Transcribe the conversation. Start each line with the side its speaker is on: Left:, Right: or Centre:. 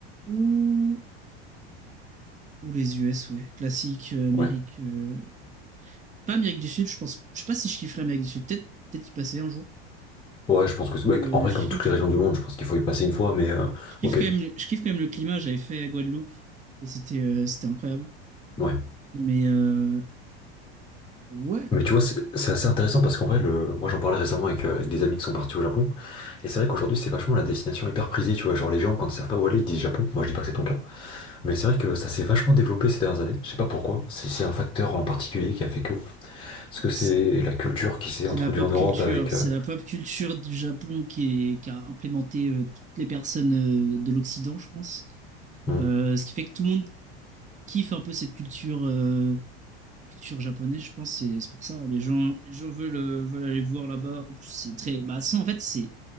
Right: Ou Ou les US, ouais. Classique, euh, Amérique.
Left: ouais.
Right: euh, Pas Amérique du Sud, je pense. Je sais pas si je kifferais Amérique du Sud. Peut-être peut-être y passer un jour.
Left: Ouais, je pense que c'est... ouais,
Right: Euh,
Left: En vrai,
Right: je
Left: comme
Right: kiffe,
Left: toutes les régions du monde, je pense qu'il faut y passer une fois, mais euh,
Right: je kiffe
Left: ok,
Right: quand même, je kiffe quand même le climat. J'avais fait Guadeloupe et c'était euh, c'était incroyable.
Left: ouais.
Right: Mais euh, ouais,
Left: Mais tu vois, c'est c'est assez intéressant parce qu'en vrai, le... moi j'en parlais récemment avec, euh, avec des amis qui sont partis au Japon, et c'est vrai qu'aujourd'hui c'est vachement la destination hyper prisée, tu vois, genre les gens quand ils savent pas où aller, ils disent Japon, moi je dis pas que c'est ton cas, mais c'est vrai que ça s'est vachement développé ces dernières années, je sais pas pourquoi, si c'est un facteur en particulier qui a fait que, est-ce que c'est
Right: c'est
Left: la culture qui s'est
Right: c'est
Left: introduite
Right: la pop
Left: en Europe
Right: culture.
Left: avec...
Right: C'est
Left: euh,
Right: la pop culture du Japon qui est, qui a implémenté euh, toutes les personnes euh, de l'Occident, je pense.
Left: hmm,
Right: Euh, ce qui fait que tout le monde kiffe un peu cette culture. euh, culture japonaise, je pense, c'est c'est pour ça. Les gens, les gens veulent, euh, veulent aller voir là-bas. En plus, c'est très. Bah, ça, en fait, c'est.